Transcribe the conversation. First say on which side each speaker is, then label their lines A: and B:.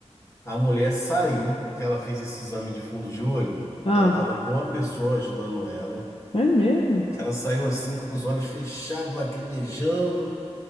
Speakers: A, on the left (about 25°); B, on the left (about 55°).
A: A mulher saiu, que ela fez esse exame de fundo de olho.
B: Ah,
A: Ela estava com uma pessoa ajudando ela.
B: é mesmo?
A: Ela saiu assim com os olhos fechados, lacrimejando.